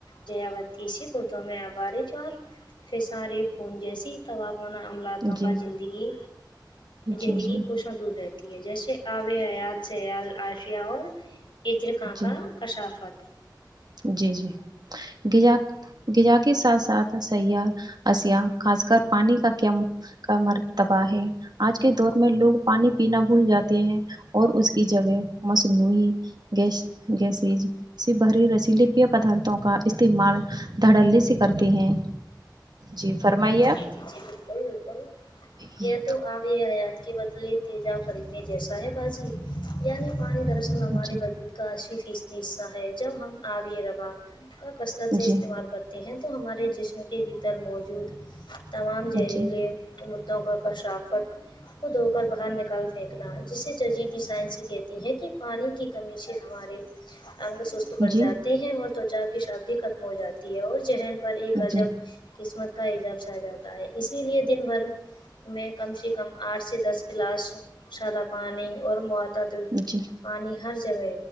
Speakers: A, on the left (about 85°); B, on the right (about 60°).
A: جیاوتیسیی کردوں میں عوارج اور فسار خون جیسی طاوا ہونا عملاتوں
B: جی جی
A: کا زندگی
B: جی
A: زندگی کووشوں دور رہ تی ہے جیسے آب حیات سیال عاشیہ اور اجرکاں
B: جی
A: کا کشافت
B: جی جی غذا غذا کے ساتھ ساتھ سیاح اشیا خاص کر پانی کا کیم کا مرتباہ ہے آج کے دور میں لوگ پانی پینا بھول جاتے ہیں اور اس کی جگہ مصنوعی گیس گیسسیج س باہری ریس پی لیپیا پدارتھوں کا استعمال دھڑلی سے کرتے ہیں جی فرمائیےاپ
A: جی جی جی بالکل بالکل
B: جی
A: یہ تو آامی حیات کے بدلے تے جاب خریدنے جیسا ہے باجی یعنی پانی دراصل ہمارے
B: جی
A: بجود کا سی فیصدی حصہ ہے جب ہم آبی روا کا کثرت
B: جی
A: سے استعمال کرتے ہیں تو ہمارے جسم کے بھیتر موجود تمام
B: جی
A: زہریلے مدوں کا کشافت کو دھو کر باہر نکال پھینکنا جسے ججیدی سائنسی کہتی ہیں کہ پانی کی کمی سے ہمارے انگ سست پڑ
B: جی
A: جاتے ہیں اور تچا کی شادی ختم ہو جاتی ہے اور ذہن پر ایک
B: جی
A: عجب قسمت کا اعجاب سا جاتا ہے اسی لیے دن بھر میں کم سے کم آٹھ سے دس گلاس سادہ پانی اور مطعدل
B: جی
A: پانی ہر جگہ